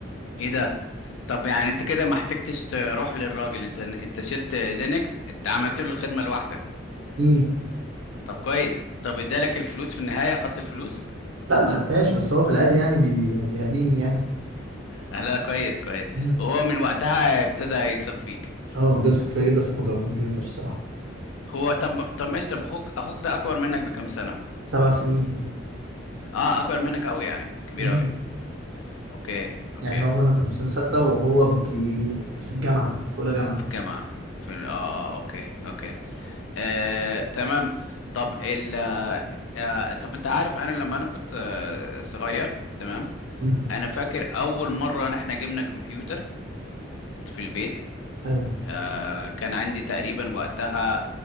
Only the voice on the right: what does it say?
امم
لا ما خدتهاش بس هو في العادي يعني بي... بيهديني يعني
امم
اه بيثق فيا جدا في موضوع الكمبيوتر الصراحه
سبع سنين
امم
يعني هو انا كنت في سنه سته وهو بي... في الجامعه في اولى جامعه
مم.
ايوه